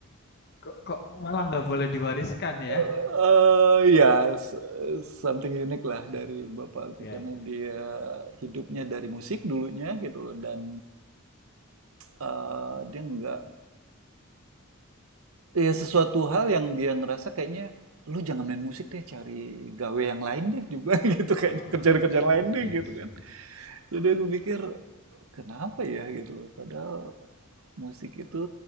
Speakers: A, on the left (about 50°); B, on the right (about 70°).
A: kok, kok malah nggak boleh diwariskan ya?
B: Eee, iya, s something unique lah dari bapakku
A: Iya.
B: karena dia hidupnya dari musik dulunya gitu loh dan, eee, dia nggak ya sesuatu hal yang dia ngerasa kayaknya, "Lu jangan main musik deh, cari gawe yang lain deh," juga <laughs> gitu, "kayaknya
A: Oh,
B: kerjaan-kerjaan
A: <laughs>
B: lain deh,"
A: yes.
B: gitu kan. Jadi aku pikir, "Kenapa ya?" Gitu loh, padahal musik itu